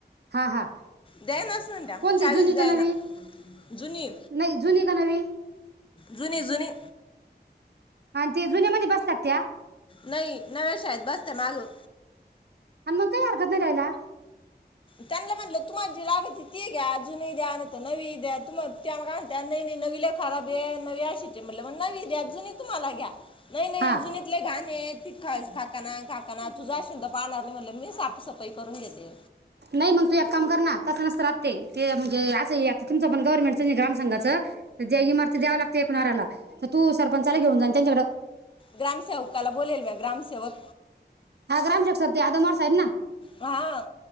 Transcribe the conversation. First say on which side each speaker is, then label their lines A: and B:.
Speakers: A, on the right; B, on the left.
A: हा हा
B: द्या ना सना त्या
A: कोणती
B: चाळीस
A: जुनी का
B: द्या
A: नवी
B: ना जुनी
A: नाही जुनी का नवी
B: जुनी जुनी
A: अ ते जुन्या मध्ये बसतात त्या
B: नाही नव्या शाळेत बसतान आजून
A: आणि मग काय हरकत नाही दयाला.
B: त्यांना म्हटलं तुम्हाला जी लागत त ती घ्या अजून द्या नवी द्या त नवीला खराब नवी मग नवी द्या जुनी तुम्हाला घ्या नाही नाही
A: हा
B: जुनीतले घाण ति ख काकाना काकाना तुझा शिंद पाहणार नाही म्हटलं मी साफसफाई करून घेते.
A: नाही मग तू एक काम कर ना तसं नसत राहते ते म्हणजे असं आता तुमचं पण गव्हर्नमेंटचं नाही ग्रामसचं तर ज्या इमारती द्याव लागते एकणाऱ्याला तर तू सरपंचाला घेऊन जा त्यांच्याकडे
B: ग्रामसेवकाला बोलेल म्या ग्रामसेवक
A: हा ग्राच्याक्षर्ती आदमोर साहेब ना
B: हा